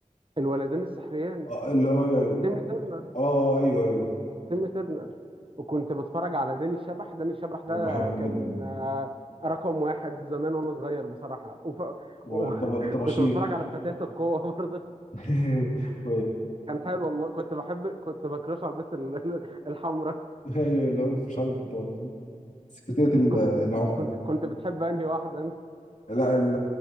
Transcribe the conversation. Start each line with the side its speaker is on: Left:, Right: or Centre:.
Right: الولدين السحريان
Left: آه اللي هو
Right: تيمي ترنر
Left: اه ايوه ايوه
Right: تيم ترنر وكنت بتفرج على داني الشبح داني الشبح ده
Left: هو بحبه
Right: كان
Left: جدا
Right: آه، رقم واحد زمان وانا صغير بصراحة وف...
Left: وطباشير
Right: و... <laughs> كنت بتفرج على فتاة القوة <laughs> برضه
Left: <laughs>
Right: كان حلو والله كنت بحب كنت بكرش على البنت ال- <laughs> الحمراء
Left: ايوه اللي هو مش عارف الطب- سكرتيرة
Right: كنت
Left: العمدة
Right: كنت كنت بتحب انهي واحدة انت
Left: لا ال